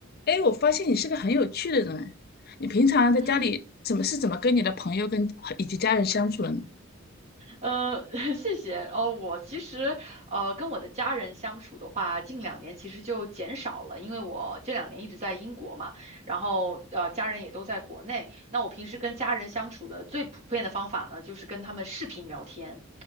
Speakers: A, on the left; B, on the right.
A: 哎，我发现你是个很有趣的人。你平常在家里怎么是怎么跟你的朋友跟以及家人相处的呢？
B: 嗯，呃，<laughs> 谢谢。哦，我其实呃跟我的家人相处的话，近两年其实就减少了，因为我这两年一直在英国嘛，然后呃家人也都在国内。那我平时跟家人相处的最普遍的方法呢，就是跟他们视频聊天。